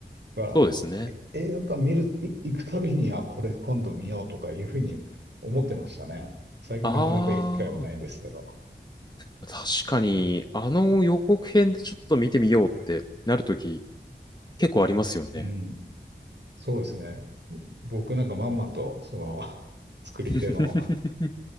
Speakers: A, on the right (about 75°); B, on the left (about 25°).
A: だから、
B: そうですね。
A: え映画館見る、い行くたびに、あ、これ今度見ようとかいうふうに思ってましたね。最近なかなか行く機会もないんですけど。
B: ああ、確かに、あの予告編でちょっと見てみようってなるとき、結構ありますよね。
A: うん。そうですね。僕なんかまんまと、その、<laughs> 作り手の
B: <laughs>